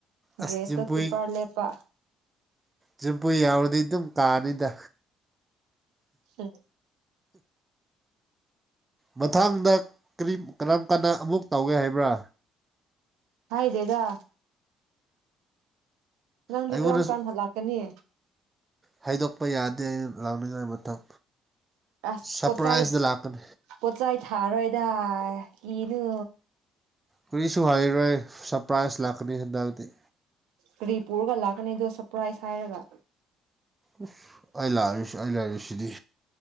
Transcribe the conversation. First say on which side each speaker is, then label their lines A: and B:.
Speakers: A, on the right; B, on the right.
A: ꯑꯁ
B: ꯒ꯭ꯔꯦꯁꯇꯣ
A: ꯖꯤꯝꯄꯨꯏ
B: ꯀꯤꯞꯄꯔ ꯂꯦꯞꯄ
A: ꯖꯤꯝꯄꯨꯏ ꯌꯥꯎꯔꯗꯤ ꯑꯗꯨꯝ ꯀꯥꯔꯅꯤꯗ
B: ꯎꯝ
A: ꯃꯊꯪꯡꯗ ꯀꯔꯤꯝ ꯀꯔꯝ ꯀꯟꯗ ꯑꯃꯨꯛ ꯇꯧꯒꯦ ꯍꯥꯏꯕ꯭ꯔꯥ
B: ꯍꯥꯏ ꯗꯦꯗꯥ ꯅꯪꯗꯤ
A: ꯑꯩꯉꯣꯟꯗꯁꯨ
B: ꯀ꯭ꯔꯝ ꯀꯥꯟ ꯍꯜꯂꯛꯀꯅꯤ
A: ꯍꯥꯏꯗꯣꯛꯄ ꯌꯥꯗꯦ ꯑꯩꯅ ꯂꯥꯛꯅꯤꯡꯉꯥꯏ ꯃꯇꯝ
B: ꯑꯁ
A: ꯁꯔꯄ꯭ꯔꯥꯏꯖꯇ
B: ꯄꯣꯠꯆꯩ
A: ꯂꯥꯛꯀꯅꯤ
B: ꯄꯣꯠꯆꯩ ꯊꯥꯔꯣꯏꯗꯥ ꯀꯤꯅꯨ
A: ꯀꯨꯔꯤꯁꯨ ꯍꯥꯏꯔꯣꯏ ꯁꯔꯄ꯭ꯔꯥꯏꯖ ꯂꯥꯛꯀꯅꯤ ꯍꯟꯗꯛꯗꯤ
B: ꯀꯔꯤꯄꯨꯔꯒ ꯂꯥꯛꯀꯅꯤꯗꯣ ꯁꯄ꯭ꯔꯥꯏꯁ ꯍꯥꯏꯔꯒ
A: ꯑꯁ ꯑꯩ ꯂꯥꯛꯔꯁꯨ ꯑꯩ ꯂꯩꯔꯤꯁꯤꯗꯤ